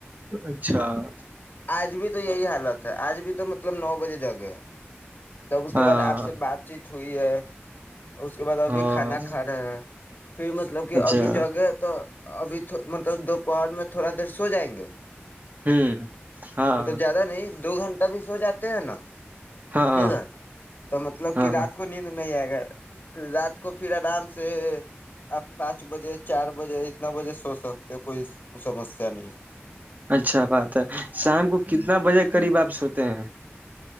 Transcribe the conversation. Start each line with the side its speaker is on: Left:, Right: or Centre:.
Right: اچھا <inaudible>
Left: آج بھی تو یہی حالت ہے آج بھی تو <inaudible> مطلب نو بجے جگے تب اس کے
Right: ہاں
Left: بعد آپ سے بات چیت ہوئی ہے <inaudible> اس کے بعد ابھی
Right: ہاں
Left: کھانا کھا رہے ہیں پھر مطلب کہ
Right: اچھا
Left: ابھی جگے تو ابھی مطلب دو <inaudible> پہاڑ میں تھوڑا دیر سو جائیں گے <inaudible>
Right: ہوں <inaudible> ہاں
Left: مطلب زیادہ نہیں دو گھنٹہ بھی سو جاتے ہیں نا
Right: ہاں
Left: ٹھیک ہے تو مطلب
Right: ہاں
Left: کہ رات کو نیند نہیں آئے گا <inaudible> رات کو پھر آرام سے آپ پانچ بجے چار بجے اتنا بجے سو سکتے <inaudible> تو کوئی سمس <inaudible> <inaudible>
Right: اچھا بات ہے <inaudible> شام کو کتنا بجے قریب واپس ہوتے ہیں